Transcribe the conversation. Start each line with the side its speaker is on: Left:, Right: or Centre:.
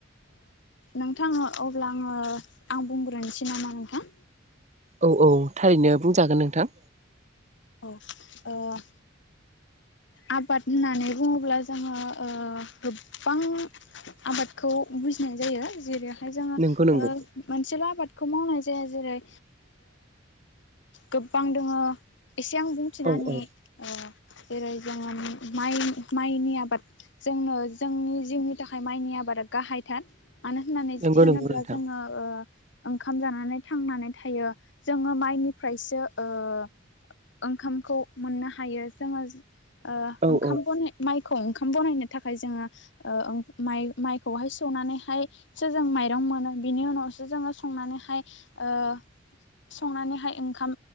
Left: नोंथाङ अब्ला आङो आं बुंग्रोनोसै नामा नोंथां।
Right: औ औ थारैनो बुंजागोन नों
Left: औ। आबाद होननानै बुङोब्ला जोङो गोबां आबादखौ बुजिनाय जायो जेरै जोङो
Right: नंगौ नंगौ
Left: मोनसेल' आबादखौ मावनाय जाया जेरै गोबां दङो एसे आं बुंथिनानै
Right: औ औ
Left: होनि जेरै जोङो माइ माइनि आबाद जोंनो जोंनि जिउनि थाखाय माइनि आबादा गाहायथार मानो होननानै
Right: नंगौ
Left: थानोब्ला
Right: नंगौ नोंथां
Left: जोङो। ओंखाम जानानै थांनानै थायो जोङो माइनि फ्रायसो ओंखामखौ मोननो हायो जोङो। ओ
Right: औ
Left: ओंखाम
Right: औ
Left: ब माइखौ ओंखाम बनायनो थाखाय जोङो। ओ ओं माइ माइखौहाय सौनानैहाय सो जों माइरं मोनो बिनि उनावसो जोङो संनानैहाय ओ संनानैहाय ओंखाम